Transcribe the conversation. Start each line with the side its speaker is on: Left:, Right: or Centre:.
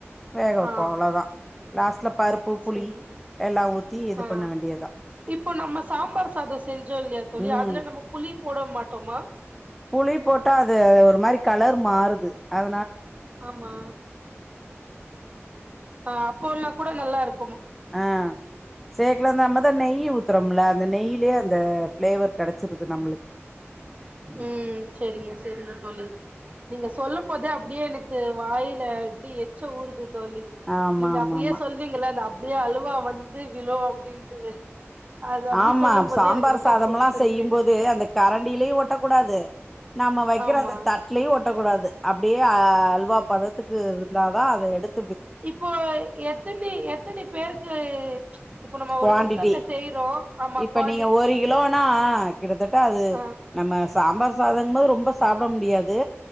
Centre: வேக வைப்போ
Right: ஆஹ்
Centre: அவ்ளோதா லாஸ்ட்ல பருப்பு புளி
Right: சரி
Centre: எல்லா ஊத்தி இது
Right: ஆஹ்
Centre: பண்ண வேண்டியதா
Right: இப்போ நம்ம சாம்பார் சாதம் செஞ்சோம் இல்லையா தழி
Centre: ம்
Right: அதுல நம்ம புளி போட மாட்டோமா
Centre: புளி போட்டா அது ஒரு மாரி கலர் மாறுது அத
Right: ஆமா ஆ அப்போன்னா கூட நல்லாருக்
Centre: ஆ சேக்கல நம்மதா நெய் ஊ த்தறம்ல அந்த நெய்யிலயே அந்த ஃபிளேவர் கெடைச்சிருது நம்ளுக்
Right: உம் சரிங்க சரிங்க தோழி நீங்க சொல்லும் போதே அப்படியே எனக்கு வாயில எப்படி எச்ச ஊறுது தோழி
Centre: ஆமா
Right: நீங்க
Centre: ஆமா
Right: அப்படியே சொல்வீங்கள அ ப்படியே அழுவா வந்து விழு அப்டின்ட்டு அது அப்டி
Centre: ஆமா
Right: சொல்லும் போது
Centre: சாம்பார்
Right: எனக்கு ரொம்ப
Centre: சாதம்
Right: புடிச்சிருக்கு
Centre: எல்லா செய்யும்போது அந்த கரண்டிலயும் ஓட்ட கூடாது நம்ம வைக்கிற
Right: ஆமா
Centre: அந்த தட்லயு ஒட்டக்க கூடாது அப்படியே அல்வா பதத்துக்கு இருந்தா தா அத எடுத்
Right: இப்போ எத்தனைி எத்தனைி பேருக்கு இப்ப நம்ம
Centre: குவாண்டிட்டி
Right: ஒரு குக்கர்ல செய்றோ ஆமா
Centre: இப்ப
Right: குவான்டிட்டி
Centre: நீங்க ஒரு கிலோனா கிட்டத்தட்ட அது
Right: ஆ
Centre: நம்ம சாம்பார் சாதங்கது ரொம்ப சாப்பிட முடியாது